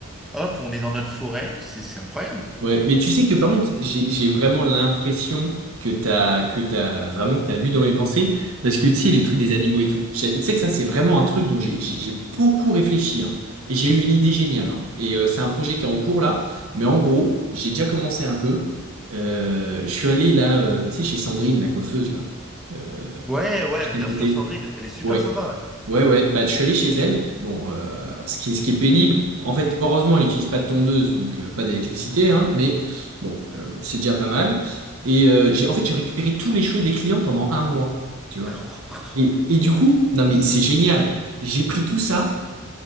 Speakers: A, in the centre; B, on the right (about 80°).
A: hop, on est dans notre forêt, c'est c'est incroyable.
B: Ouais, mais tu sais que par contre, j'ai j'ai vraiment l'impression que t'as que t'as vraiment que t'as lu dans mes pensées, parce que tu sais les trucs des animaux et tout. J'ai- Tu sais que ça c'est vraiment un truc dont j'ai j'ai j'ai beaucoup réfléchi, hein. Et j'ai eu une idée géniale, hein. Et euh, c'est un projet qui est en cours là, mais en gros, j'ai déjà commencé un peu. Euh, je suis allé là, euh, tu sais, chez Sandrine, la coiffeuse là, euh,
A: Ouais, ouais,
B: juste
A: bien
B: à côté.
A: sûr, Sandrine, elle est super
B: Ouais.
A: sympa, ouais.
B: Ouais, ouais, bah, je suis allé chez elle. Bon, euh, ce qui, ce qui est pénible, en fait, heureusement, elle n'utilise pas de tondeuse, donc euh, pas d'électricité, hein, mais bon, euh, c'est déjà pas mal. Et euh, j'ai, en fait, j'ai récupéré tous les cheveux des clients pendant un mois, tu vois.
A: <laughs>
B: Et, et du coup, non, mais c'est génial. J'ai pris tout ça,